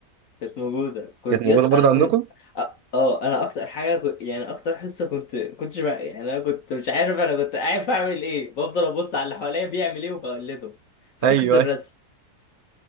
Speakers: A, on the left; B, on the right.
A: كانت موجوده كنت
B: كانت موجوده
A: يس
B: برضه
A: انا كنت
B: عندكم
A: اه آه، انا اكتر حاجه كنت... يعني اكتر حصه كنت كنتش بقى... يعني انا كنت مش عارف انا كنت قاعد بعمل ايه بفضل ابص على اللي حواليا بيعمل ايه وبقلده في
B: ايوه
A: حصه الرسم